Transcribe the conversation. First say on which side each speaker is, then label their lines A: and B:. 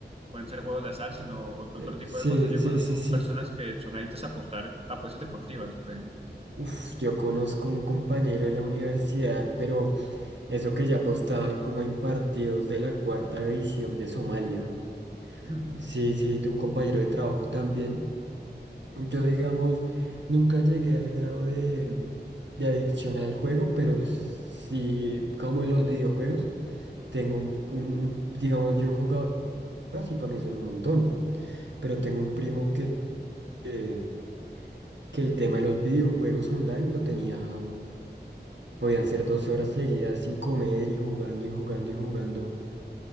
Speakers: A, on the right; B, on the right.
A: pueden ser juegos de azar, sino ot- otro
B: Eh,
A: tipo
B: sí,
A: de cosas. Yo
B: sí,
A: conozco
B: sí, sí.
A: personas que son adictas a apostar a apuestas deportivas, por ejemplo.
B: Uf, yo conozco un compañero de la universidad, pero eso que ya apostaba como en partidos de la cuarta división de Somalia.
A: <laughs>
B: Sí, sí, de un compañero de trabajo también. Yo, digamos, nunca llegué al grado de, de adicción al juego, pero sí, como en los videojuegos, tengo un, un- un- digamos, yo jugaba y para mí eso era un montón, pero tengo un primo que, que, que el tema de los videojuegos online lo tenía, podían ser 12 horas seguidas sin comer y jugando y jugando y jugando.